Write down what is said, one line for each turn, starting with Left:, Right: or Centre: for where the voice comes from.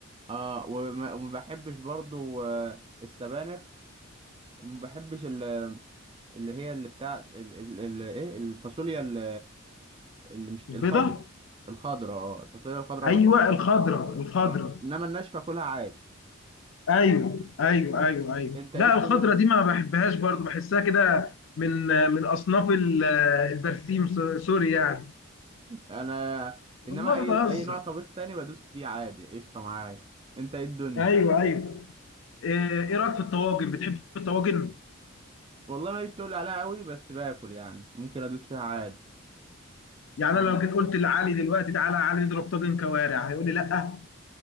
Right: اه وما وما بحبش برضو آه، السبانخ وما بحبش ال- اللي هي اللي بتاع ال- ال- ال- ايه الفاصوليا ال- اللي مش
Left: البيضه
Right: الخضراء الخضراء اه الفاصوليا الخضراء
Left: ايوه
Right: بحبها
Left: الخضره الخضره
Right: اه انما الناشفه كلها عادي
Left: ايوه ايوه ايوه ايوه
Right: انت
Left: لا
Right: ايه الدنيا
Left: الخضره
Right: في...
Left: دي ما بحبهاش برضو بحسها كده من من اصناف ال- البرسيم سو- سوري يعني
Right: انا
Left: والله
Right: انما اي
Left: ما بهزر
Right: اي نوع طبيخ تاني بدوس فيه عادي قشطه معايا انت ايه الدنيا
Left: ايوه ايوه ايه إيه رايك في الطواجن بتحب الطواجن
Right: والله ماليش تقول عليها قوي بس باكل يعني ممكن ادوس فيها عادي
Left: يعني
Right: يعني
Left: انا لو جيت قلت لعلي دلوقتي تعالى يا علي نضرب طاجن كوارع هيقول لي لا